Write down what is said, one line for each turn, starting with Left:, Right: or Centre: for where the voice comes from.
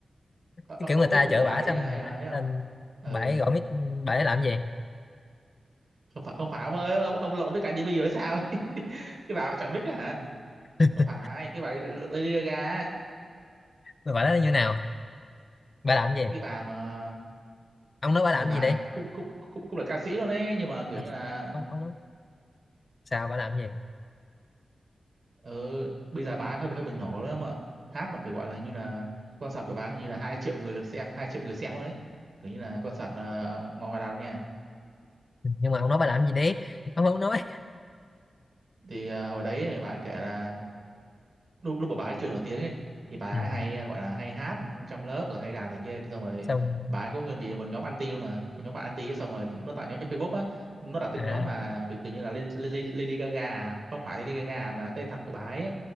Right: Ờ,
Left: cái
Right: ờ,
Left: kiểu
Right: ông
Left: người
Right: có
Left: ta
Right: biết vụ
Left: chở
Right: bà
Left: bả
Right: đấy
Left: xong
Right: ấy,
Left: bả
Right: ấy không
Left: lên
Right: ừ
Left: bả ấy gọi mic bả ấy làm gì
Right: không phải không phải ông ơi ông, ông lộn với cái Divi rồi sao ấy? <laughs> cái bà chọn mic á hả
Left: <laughs>
Right: không phải cái bà đấy Lady Gaga á.
Left: bả nói như nào bả làm gì
Right: cái bà mà
Left: ông nói bả làm
Right: thì bà
Left: gì đi
Right: cũng cũng cũng cũng là ca sĩ luôn ấy nhưng mà kiểu
Left: Ờ,
Right: như là
Left: ông ông nói sao bả làm gì
Right: Ờ, bây giờ bà ấy hơi hơi bị nổ lắm ạ. Hát mà phải gọi là hình như là concert của bà ấy hình như là 2 triệu người lượt xem, 2 triệu người xem luôn đấy. Kiểu như là concert uh, ngoài ngoài đảo nha.
Left: nhưng mà ông nói bả làm gì đi ông không nói
Right: Thì ờ, hồi đấy ấy, bà ấy kể là lúc lúc mà bà ấy chưa nổi tiếng ấy thì bà
Left: ừ.
Right: ấy hay ờ, gọi là hay hát trong lớp rồi hay đàn này kia thì xong rồi
Left: xong
Right: bà ấy có nguyên bị một nhóm anti luôn mà, một nhóm bạn anti ấy, xong rồi nó tạo nhóm trên Facebook á, nó đặt tên
Left: à
Right: nhóm là kiểu kiểu như là Lady, Lady Lady Gaga, à, không phải Lady Gaga à, mà là tên thật của bà ấy, ấy.